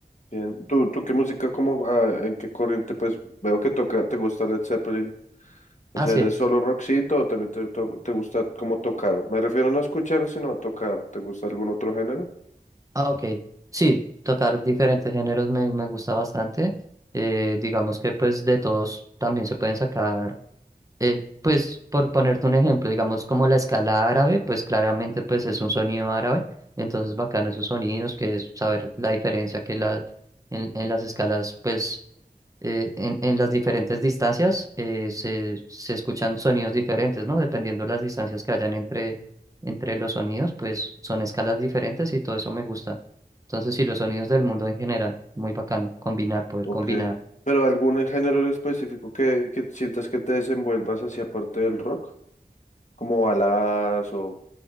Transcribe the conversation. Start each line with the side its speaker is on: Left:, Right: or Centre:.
Left: Bien. ¿Tú, tú qué música, como, ah, en qué corriente, pues veo que toca, te gusta Led Zeppelin? O
Right: Ah,
Left: sea,
Right: sí,
Left: ¿eres solo rockcito o también te, to- te gusta como tocar? Me refiero no a escuchar, sino a tocar. ¿Te gusta algún otro género?
Right: ah, ok. Sí, tocar diferentes géneros me, me gusta bastante. Eh, digamos que pues de todos también se pueden sacar, eh, pues por ponerte un ejemplo, digamos como la escala árabe, pues claramente pues es un sonido árabe, entonces bacano esos sonidos, que es saber la diferencia que la, en, en las escalas pues eh, en, en las diferentes distancias eh, se, se escuchan sonidos diferentes, ¿no? Dependiendo de las distancias que hayan entre, entre los sonidos, pues son escalas diferentes y todo eso me gusta. Entonces, sí, los sonidos del mundo en general, muy bacano, combinar, poder
Left: Ok.
Right: combinar.
Left: ¿Pero algún género en específico que, que sientas que te desenvuelvas hacia parte del rock? Como baladas o,